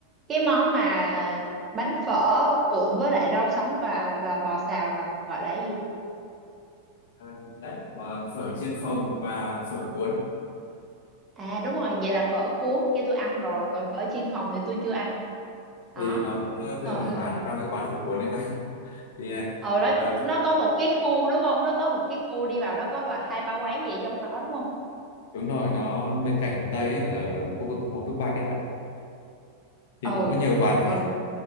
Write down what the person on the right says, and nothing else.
cái món mà bánh phở cuộn với lại rau sống và và bò xào là gọi là cái gì
À đúng rồi, vậy là phở cuốn kia tôi ăn rồi, còn phở chiên phòng thì tôi chưa ăn.
Đó.
Ờ,
ờ
ờ, đó,
nó có một cái khu đúng không? Nó có một cái khu đi vào đó có và hai ba quán gì ở trong đó đúng không?
Ừ.
Đó.